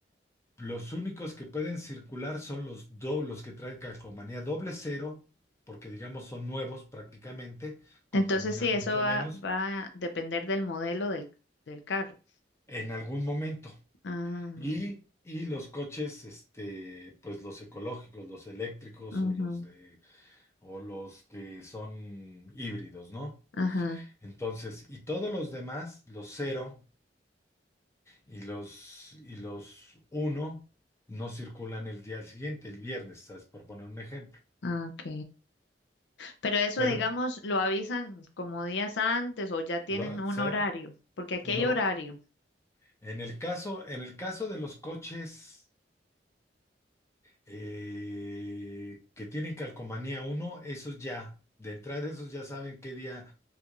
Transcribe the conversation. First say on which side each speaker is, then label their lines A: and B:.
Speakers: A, on the left; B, on the left.
A: Los únicos que pueden circular son los, do- los que traen calcomanía doble cero, porque digamos son nuevos prácticamente, contaminan
B: Entonces sí, eso
A: mucho
B: va,
A: menos
B: va a depender del modelo del, del carro.
A: en algún momento.
B: Ah,
A: Y, y los coches, este, pues los ecológicos, los eléctricos
B: ujú.
A: o los de, o los que son híbridos, ¿no?
B: Ajá.
A: Entonces, y todos los demás, los cero y los, y los uno, no circulan el día siguiente, el viernes, ¿sabes? Por poner un ejemplo.
B: Ah, ok. Pero eso,
A: Pero,
B: digamos, lo avisan como días antes o ya tienen
A: lo- o
B: un
A: sea,
B: horario, porque aquí
A: no,
B: hay horario.
A: en el caso, en el caso de los coches. eh, que tienen calcomanía uno esos ya, de entrada esos ya saben qué día